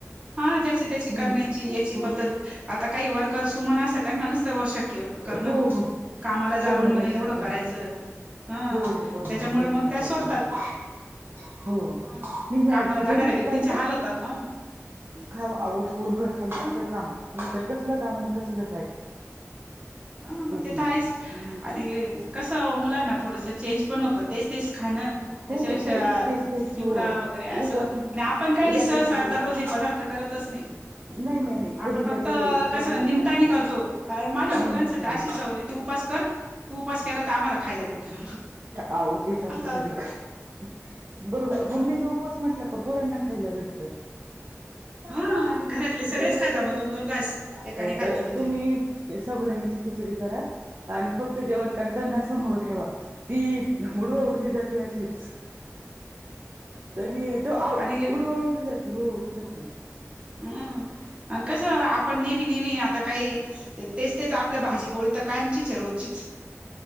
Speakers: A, on the right (about 20°); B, on the right (about 45°).
A: हा ज्याची त्याची
B: हम्म
A: करण्याची याची
B: हो
A: पद्धत आता काही वर्कर वुमन्स असतात त्यांना नसत बाबा शक्य एवढं करणं,
B: हो हो
A: कामाला जाऊन
B: करणं
A: न
B: काय
A: एवढं
B: शक्य
A: करायचं.
B: नाही
A: ह
B: हो हो बरोबर
A: त्याच्यामुळे
B: आहे, नाही जमत
A: मग त्या सोडतात
B: काही ना. हो
A: हा
B: मी घ
A: कामाला जाणाऱ्या
B: घरीच
A: व्यक्तींचे
B: पाय का
A: हाल होतात ना
B: खा आहो पोटभर खाला
A: ह
B: तर काम नाही तर कसलं काम आणि कसलं काय.
A: ह मग
B: तेच
A: ते
B: ना
A: तर आहेच
B: हम्म
A: आणि कसं मुलांना थोडस चेंज पण होतं तेच तेच खाणं. त्याच्यापेक्षा
B: हो तेच तेच तेच
A: चिवडा
B: हो
A: वगैरे असं
B: उप उद्या
A: आणि आपण काही सहसा
B: काहीच
A: दररोज हे पदार्थ करत नाही,
B: नाही नाही नाही कधीतरी
A: आपण फक्त
B: ते उपवासाला
A: कस निमतानी
B: हा
A: करतो कारण माझ्या मुलांची
B: निमित्ताने
A: अशी सवय आहे. तू उपास कर, तू उपास केला तर आम्हाला खायला भेटल.
B: आहो ते जास्त
A: असं
B: सगळीकड,
A: असत
B: बरोबर
A: हा
B: मम्मी चा उपवास? म्हटलं का पोरांना खायला भेटतं. पापा.
A: हा आणि घरातले सगळेच
B: वेगवेगळ
A: खाता मग
B: काय
A: दोन
B: तर,
A: दोन घास एकाने
B: हो
A: खाल्लं
B: तर
A: म्हणजे
B: तुम्ही. साबुदानीची खिचडी करा आणि फक्त जेवण करताना समोर ठेवा. ती उडवा उडवी जाते अशीच. तरी तो आउ
A: आणि
B: उडवा उडवी जाती, हो खरंच.
A: हम, आण कसं? आपण नेहमी नेहमी आता काही तेच तेच आपलं भाजीपोळी तर कायमचीच आहे रोजचीच.